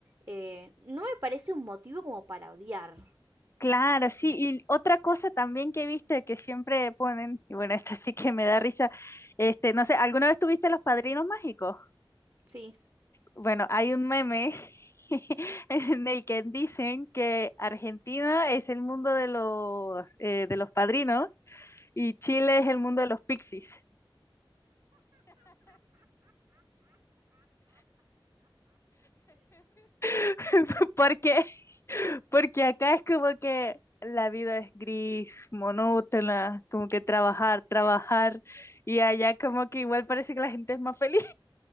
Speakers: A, on the right; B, on the left.
A: eh, no me parece un motivo como para odiar.
B: Claro, sí, y otra cosa también que viste que siempre ponen, y bueno, <laughs> esta sí que me da risa, este, no sé, ¿alguna vez tuviste los padrinos mágicos?
A: Sí.
B: Bueno, hay un meme <laughs> en el que dicen que Argentina es el mundo de los, eh, de los padrinos y Chile es el mundo de los pixies. <laughs> Porque, porque acá es como que la vida es gris, monótona, como que trabajar, trabajar, y allá como que igual parece que la gente es más feliz.